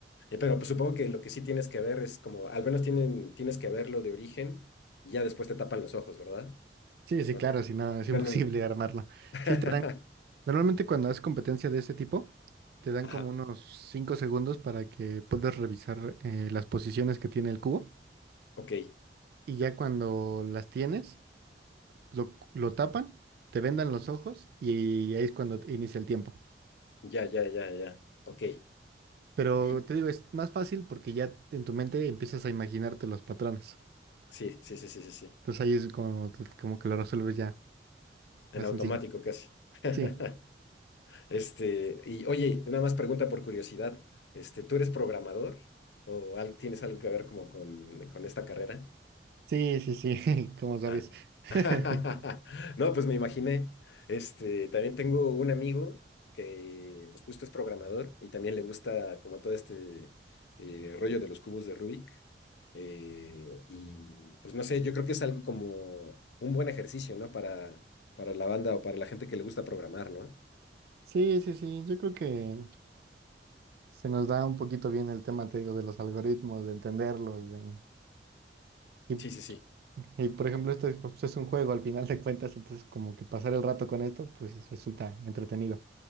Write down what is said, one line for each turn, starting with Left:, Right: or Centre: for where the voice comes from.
Left: Eh, Pero pues, supongo que lo que sí tienes que ver es como, al menos tienen, tienes que verlo de origen y ya después te tapan los ojos, ¿verdad?
Right: Sí, sí,
Left: Ah,
Right: claro, si no, es <laughs> imposible
Left: No, no, no.
Right: armarlo.
Left: <laughs>
Right: Sí, te dan, normalmente cuando haces competencia de ese tipo, te dan
Left: Ajá.
Right: como unos 5 segundos para que puedas revisar eh, las posiciones que tiene el cubo
Left: Ok.
Right: y ya cuando las tienes, lo, lo tapan, te vendan los ojos y ahí es cuando inicia el tiempo.
Left: Ya, ya, ya, ya. Ok.
Right: Pero
Left: Y
Right: te digo, es más fácil porque ya en tu mente empiezas a imaginarte los patrones.
Left: sí, sí, sí, sí, sí, sí.
Right: Entonces ahí es como, como que lo resuelves ya,
Left: En
Right: más
Left: automático
Right: sencillo.
Left: casi. <laughs>
Right: Sí,
Left: Este, y oye, nada más pregunta por curiosidad. Este, ¿tú eres programador? ¿O al- tienes algo que ver como con, con esta carrera?
Right: sí, sí, sí, <laughs> como sabes.
Left: Ah.
Right: <laughs>
Left: <laughs> No, pues me imaginé. Este, también tengo un amigo que pues, justo es programador y también le gusta como todo este eh, rollo de los cubos de Rubik. Eh, y pues no sé, yo creo que es algo como un buen ejercicio, ¿no? Para, para la banda o para la gente que le gusta programar, ¿no?
Right: Sí, sí, sí, yo creo que se nos da un poquito bien el tema, te digo, de los algoritmos, de entenderlos, de... Y,
Left: Sí, sí, sí.
Right: y, por ejemplo, esto es, pues, es un juego al final de cuentas, entonces como que pasar el rato con esto, pues resulta entretenido.